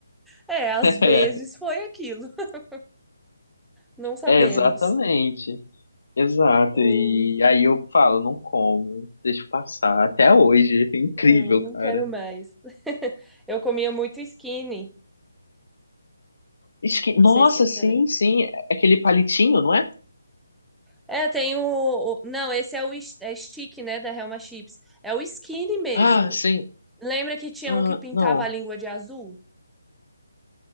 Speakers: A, in the centre; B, on the left.
A: É,
B: <laughs>
A: às vezes foi aquilo. <laughs> Não sabemos.
B: É, exatamente. Exato,
A: Ou,
B: e aí eu falo, não como, deixo passar, até hoje, é incrível,
A: não, não
B: cara.
A: quero mais. <laughs> Eu comia muito skinny.
B: Isso que,
A: Não
B: nossa,
A: sei se você
B: sim,
A: lembra.
B: sim, é aquele palitinho, não é?
A: É, tem o. o- Não, esse é o is- é stick, né, da Helma Chips. É o skinny mesmo.
B: Ah, sim,
A: Lembra que tinha
B: ah,
A: um que pintava
B: não,
A: a língua de azul?